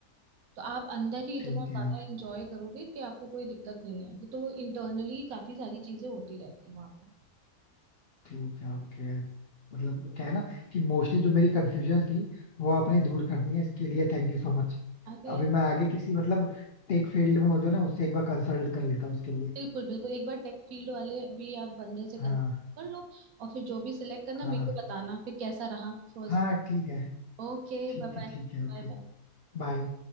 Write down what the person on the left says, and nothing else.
ठीक है
यार
ठीक है ओके मतलब क्या है ना कि मोस्टली जो मेरी कंफ्यूजन थी वो आपने दूर कर दी है इसके लिए थैंक यू सो मच
अभी मैं आगे किसी मतलब टेक फील्ड में हो जो ना उससे एक बार कंसल्ट कर लेता हूँ उसके लिए
हाँ
हाँ
हाँ ठीक है
ठीक
है ठीक है ओके
बाय